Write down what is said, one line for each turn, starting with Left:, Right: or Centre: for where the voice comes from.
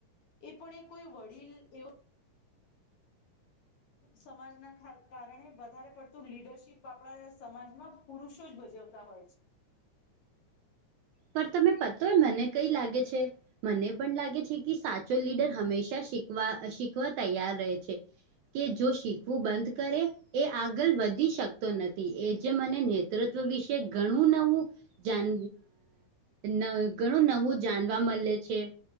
Left: એ પણ એ કોઈ વડીલ એવા સમાજના કારણે વધારે પડતું લીડરશીપ આપણા સમાજમાં પુરુષો જ ભજવતા હોય છે
Right: પર તમે પતો મને કઈ લાગે છે મને પણ લાગે છે કે સાચો લીડ હંમેશા શીખવા શીખવા તૈયાર રહે છે કે જો શીખવું બંધ કરે એ આગળ વધી શકતો નથી એ જે મને નેતૃત્વ વિશે ઘણું નવું જાન અં ઘણું નવું જાણવા મળે છે